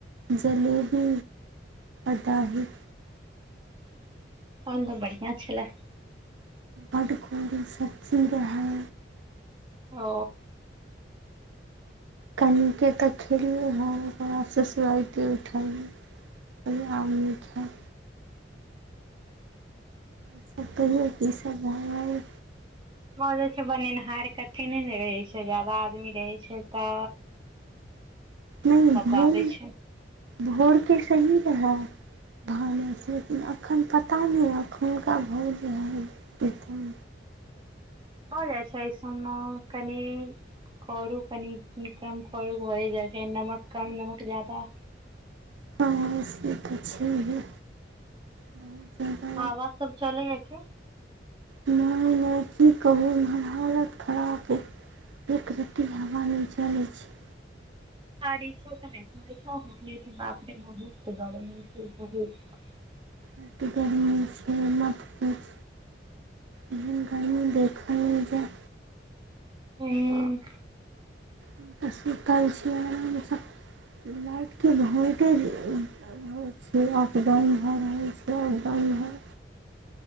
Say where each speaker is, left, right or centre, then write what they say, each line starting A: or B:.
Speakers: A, on the right (about 80°); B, on the right (about 25°).
A: जलेबी अ दही।
B: अन त बढ़िआँ छलै।
A: बड्ड कोरू सब्जी रहै।
B: ओ।
A: कनिके त खेलियै हन ओकर बाद सुसुवाइते उठलियै। कहलियै आब नय खैब। और सब कहियौ कि सब भेलए।
B: मजे छैय बनेनिहार के अथी नैने रहै छैय जबाब नै रहै छैय त।
A: नै भोर,
B: पाबै छै
A: भोरके सही रहै। धाने छियै कि लेकिन अखैन पता नय एखुनका भोज रहे। <unintelligible>
B: भय जाइ छैय अय सब म कनि। करू कनि कम करू भए जाइ छैय नमक कम, नमक जादा ‌।
A: हाँ से त छैहे। बहुत जादा
B: हावा सब चलैये की।
A: नय-नय की कहूं एम्हर हालत खराब अय। एक रति हवा नै चलै छैय।
B: हां रिशूओ कहै छलै मम्मी, बापे रे बहुत गरमी छैय बहुत।
A: ऐत गर्मी छैय मत पूछ। एहन गर्मी देखल नय जाए।
B: हूँ।
A: हम त सुतल छीयै आराम से लाइटके भौल्टेज <unintelligible> अप डाउन भ रहल छैय, अप डाउन भ रहल